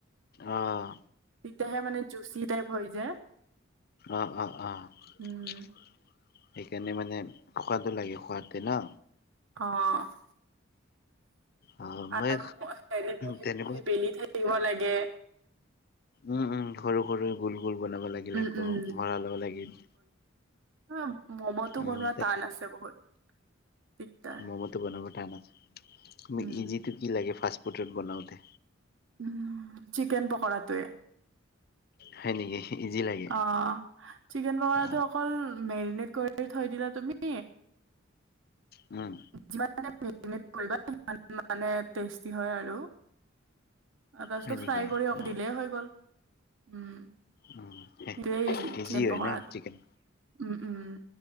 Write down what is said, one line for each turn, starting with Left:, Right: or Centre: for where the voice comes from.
Left: অ'
Right: তেতিয়াহে মানে জুচি টাইপ হৈ যায়।
Left: অ - অ - অ
Right: উম
Left: সেইকাৰণে মানে থকটো লাগে খোৱতে ন।
Right: অ',
Left: অ মই
Right: আৰু হেৰি বহি
Left: তেনেকুৱা
Right: - বহি বেলি থাকিব লাগে।
Left: উম- উম, সৰু -সৰু, গোল - গোল বনাব লাগিল
Right: উম
Left: আকৌ
Right: উম
Left: ভৰা ল'ব লাগিল।
Right: হ মমতো
Left: উম
Right: বনোৱা টান আছে বহুত দিগদাৰ।
Left: ম'মোটো বনাব টানা তুমি
Right: উম।
Left: ইজিটো কি লাগে ফা ফুড বনাওতে।
Right: উ চিকেন পকৰাটোৱে
Left: হয় নেকি। ইজি লাগে
Right: অ, চিকেন পকৰাটো
Left: অ
Right: অকল মেৰিনেট কৰি থৈ দিলা তুমি
Left: উম,
Right: যিমানে কৰিবা ই মানে টেষ্টি হয় আৰু। <unintelligible> আ তছতটো
Left: হয় নেকি
Right: ফ্ৰাই কৰি অক
Left: অ
Right: দিলেই হৈ গ'ল উম,
Left: উম
Right: ৰি
Left: ইজি
Right: চিকেন
Left: হয়
Right: পখৰাতে
Left: ন চিকেন
Right: উম - উম।